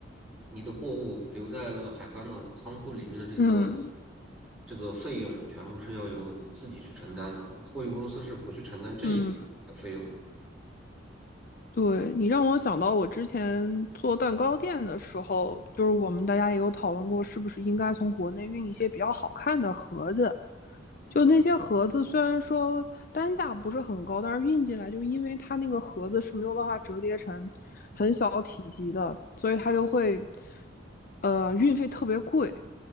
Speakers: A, in the centre; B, on the left.
A: 你的货物留在了海关的仓库里面的这个
B: 嗯
A: 这个费用，全部是要由你自己去承担的，货运公司是不去承担这一笔的费用的。
B: 嗯，对，你让我想到我之前做蛋糕店的时候，就是我们大家也有讨论过，是不是应该从国内运一些比较好看的盒子。就那些盒子，虽然说单价不是很高，但是运进来就因为它那个盒子是没有办法折叠成很小体积的，所以它就会，呃，运费特别贵。